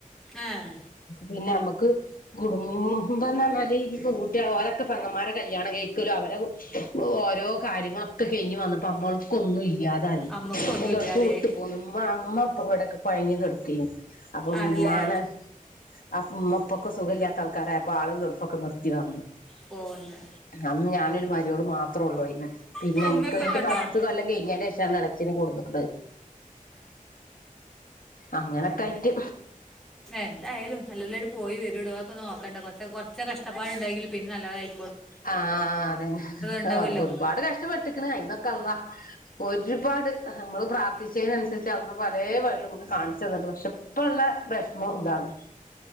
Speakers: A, in the centre; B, on the left.
A: ആഹ്
B: പിന്നെയമക്ക് കുടുംമ്പെന്നാല് പൊൺകുട്ടികളാ ഓരൊക്കെ പെങ്ങന്മാര കല്യാണം കെയ്ക്കുവലോ അവര ഓരോ കാര്യങ്ങളൊക്കെ കഴിഞ്ഞ് വന്നപ്പോ നമ്മൾക്കൊന്നും ഇല്ലാതായി
A: അമ്മക്കൊന്നുല്ല
B: ഇതൾക്ക്
A: അതെ
B: വിട്ട് പോന്നംമാ അമ്മ പ്പ ഇവിടക്കെ കൊഴഞ്ഞ് കെടക്കേരിന്നു അപ്പം
A: ആണല്ലേ
B: ഉമ്മാന അപ്പൊ ഉമ്മ പ്പൊക്കം സുഖമില്ലാത്ത ആൾക്കാരായപ്പോ ആള്കൊൾപ്പൊക്കെ നിർത്തി വന്നു
A: പോന്നേ
B: അന്ന് ഞാനൊരു മരിയോള് മാത്രെള്ളു വേരിന്ന് പിന്നെ
A: ഇപ്പൊ ഉമ്മ
B: എൻക്ക്
A: ഇപ്പൊക്കെ
B: വേണ്ടി
A: ഉണ്ടോ
B: പത്ത് കൊല്ലം കഴിഞ്ഞേന്റെ ശേഷമാണ് <unintelligible> ച്ചത് ത്തിന് കൊടുന്ന് അങ്ങനൊക്കെ ആയിറ്റ്
A: എന്തായാലും നല്ലോല്ലായിട്ട് പോയി വരുടു അതൊക്ക ഒന്നു നോക്കട്ടേ കൊറച്ച കൊറച്ച് കഷ്ടപ്പാടുണ്ടെങ്കില് പിന്നെ നല്ലതായി
B: ആഹ് അതന്നെ
A: ഉണ്ടാവുമല്ലോ
B: ആ ഒരുപാട് കഷ്ടപ്പെട്ടിക്കണ് അയിന്നൊക്ക അള്ള ഒരുപാട് പാട് നമ്മള് പ്രാർത്ഥി പച്ചേനനുസരിച്ച് അള്ള് പലേ വഴി നമുക്ക് കാണിച്ചു തന്നിക്കണ് പക്ഷെ ഇപ്പള്ള വെഷ്മം ഇതാണ്